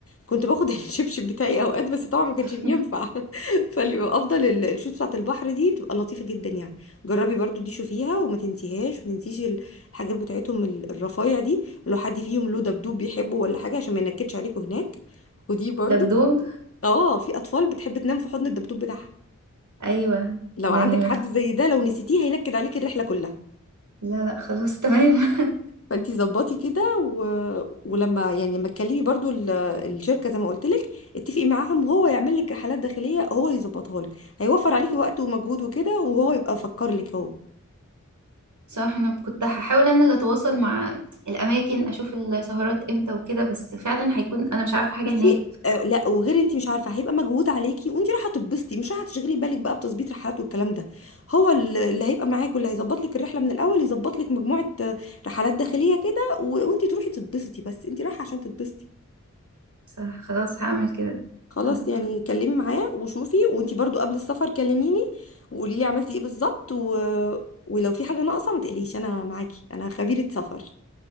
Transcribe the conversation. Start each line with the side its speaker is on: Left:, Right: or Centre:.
Left: كنت باخد <laughs> الشبشب بتاعي اوقات بس طبعا ما كانش
Right: <laughs>
Left: بينفع <laughs> فالافضل ال- الشوز بتاعت البحر دي بتبقى لطيفه جدا يعني جربي برضو دي شوفيها وما تنسيهاش ما تنسيش ال- الحاجات بتاعتهم ال- الرفايع دي ولو حد فيهم له دبدوب بيحبه ولا حاجه عشان ما ينكدش عليكوا هناك ودي برضو
Right: دبدوب
Left: اه في اطفال بتحب تنام في حضن الدبدوب بتاعها
Right: ايوه
Left: لو
Right: يعني
Left: عندك حد
Right: مفتوح
Left: زي ده لو نسيتيه هينكد عليك الرحله كلها
Right: لا لا خلاص تمام
Left: فانتي ظبطي كده و... ولما يعني لما تكلمي برضو ال- الشركه زي ما قلت لك اتفقي معاهم هو يعمل لك رحلات داخليه هو يظبطها لك هيوفر عليكي وقت ومجهود وكده وهو يبقى فكر لك هو
Right: <laughs> صح انا كنت هحاول انا اللي اتواصل مع الاماكن اشوف السهرات امتى وكده بس فعلا هيكون انا مش عارفه حاجه
Left: بصي
Right: هناك
Left: آه لا وغير انت مش عارفه هيبقى مجهود عليكي وانت رايحه تتبسطي مش رايحه تشغلي بالك بقى بتظبيط رحلات والكلام ده هو ال- اللي هيبقى معاك واللي هيظبط لك الرحله من الاول يظبط لك مجموعه آه، رحلات داخليه كده و... وانت تروحي تتبسطي بس انت رايحه عشان تتبسطي
Right: صح خلاص هعمل كده
Left: خلاص
Right: تمام
Left: يعني كلمي معاه وشوفي وانتي برضو قبل السفر كلميني وقولي لي عملتي ايه بالظبط و... ولو في حاجة ناقصة ما تقلقيش انا معاكي انا خبيرة سفر